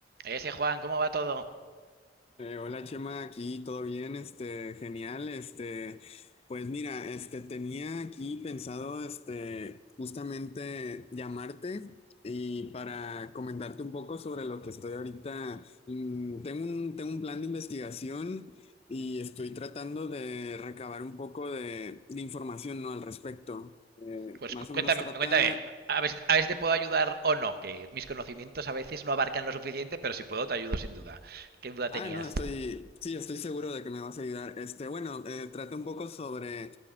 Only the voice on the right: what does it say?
Ese Juan, ¿cómo va todo?
Pues
cuéntame,
cuéntame. A ver, si- a ver si te puedo ayudar o no, que mis conocimientos a veces no abarcan lo suficiente, pero si puedo te ayudo sin duda. ¿Qué duda tenías?